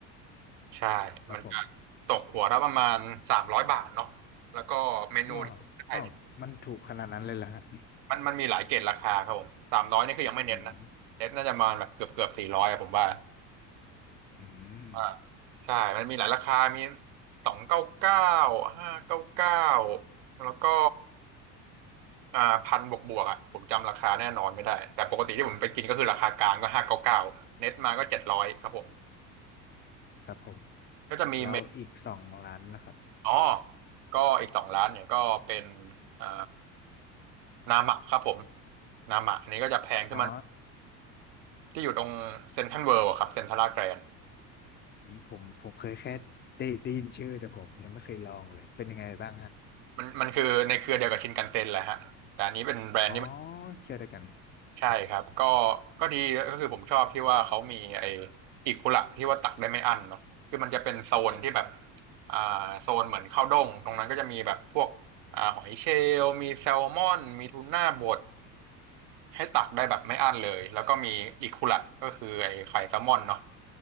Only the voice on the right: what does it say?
ใช่มันจะ
ตกหัวละประมาณสามร้อยบาทเนาะแล้วก็เมนูที่ได้เนี่ย
มันมันมีหลายเกรดราคาครับผมสามร้อยนี่คือยังไม่เน้นนะเน้นน่าจะประมาณแบบเกือบเกือบสี่ร้อยผมว่า
ว่าใช่มันมีหลายราคามีสองเก้าเก้าห้าเก้าเก้าแล้วก็อ่าพันบวกบวกอ่ะผมจำราคาแน่นอนไม่ได้แต่ปกติที่ผมไปกินก็คือราคากลางก็ห้าเก้าเก้าเน็ตมาก็เจ็ดร้อยครับผม
ก็จะมีเม
อ๋อก็อีกสองร้านเนี่ยก็เป็นเอ่อนามะครับผมนามะอันนี้ก็จะแพงขึ้นมา
ที่อยู่ตรงเซ็นทรัลเวิลด์ะครับเซ็นทรัลลาดแกรน
มันมันคือในเครือเดียวกับชินคันเซ็นแหละฮะแต่อันนี้เป็นแบรนด์ที่มัน
ใช่ครับก็ก็ดีก็คือผมชอบที่ว่าเขามีไอ้อิคุระที่ว่าตักได้ไม่อั้นเนาะคือมันจะเป็นโซนที่แบบอ่าโซนเหมือนข้าวด้งตรงนั้นก็จะมีแบบพวกอ่าหอยเชลล์มีแซลมอนมีทูน่าบด ให้ตักได้แบบไม่อั้นเลยแล้วก็มีอิคุระก็คือไอ้ไข่แซลมอนเนาะ